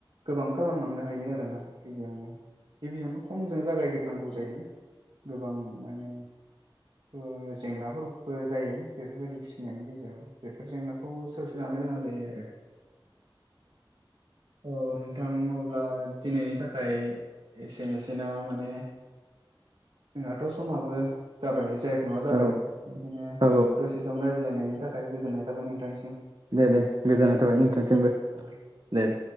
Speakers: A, on the right; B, on the right.
A: गोबां खालामलांनो हायो आरोना गिबियावनो जों जागायग्रोनांगौ जायो गोबां माने ओ जेंनाफोरबो जायो बेफोरबायदि फिसिनायनि गेजेराव बेफोर जेंनाखौ सौसिलांनो गोनां जायो आरो औ नोंथां अब्ला दिनैनि थाखाय एसेनोसै जेनबा माने जोंहाथ' समाबो जाबाय जाया खै नङा जाबाय
B: औ
A: बेनिखायनो
B: औ
A: दसे सम रायज्लायनायनि थाखाय गोजोननाय थाबाय नोंथांनिसिम
B: दे दे गोजोननाय थाबाय नोंथांसिमबो
A: औ औ
B: दे
A: औ
B: दे।